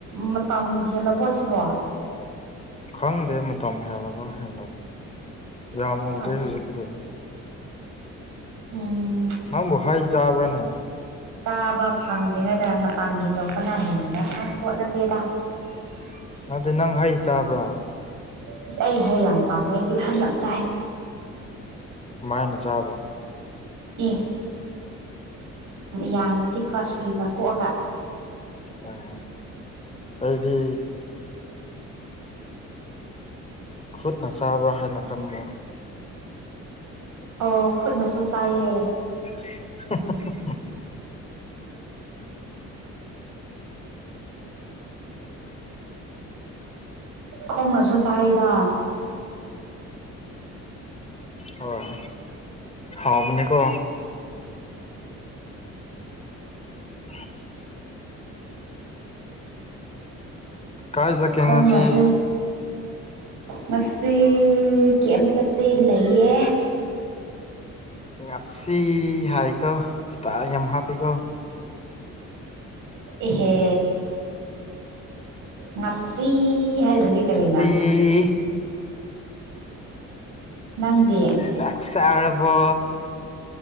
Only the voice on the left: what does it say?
ꯈꯪꯗꯦ ꯃꯇꯝ ꯍꯦꯜꯂꯕ ꯍꯦꯟꯗꯕꯔꯥ ꯌꯥꯝ
ꯎꯗ꯭ꯔꯦ ꯍꯧꯖꯤꯛꯄꯨꯗꯤ
ꯅꯪꯕꯨ ꯍꯩ ꯆꯥꯕ꯭ꯔꯥꯅꯦ
ꯑꯗꯨ ꯅꯪ ꯍꯩ ꯆꯥꯕ꯭ꯔꯥ
ꯀꯃꯥꯢꯅ ꯆꯥꯕꯔꯥ
ꯑꯣ ꯑꯩꯗꯤ ꯈꯨꯠꯅ ꯆꯥꯕ꯭ꯔꯥ ꯍꯥꯏꯅ ꯈꯟꯕ꯭ꯔꯥ
<inaudible>
ꯍꯣꯢ ꯍꯥꯎꯕꯅꯦ ꯀꯣ ꯎ <inaudible> ꯀꯥꯏ ꯆꯠꯀꯦ
ꯉꯁꯤ
ꯉꯁꯤ ꯍꯥꯏꯀꯣ ꯏꯁꯇꯥ ꯌꯥꯝ ꯍꯥꯞꯄꯤꯀꯣ
ꯏ <inaudible>
ꯆꯥꯛ ꯆꯔꯥꯕꯣ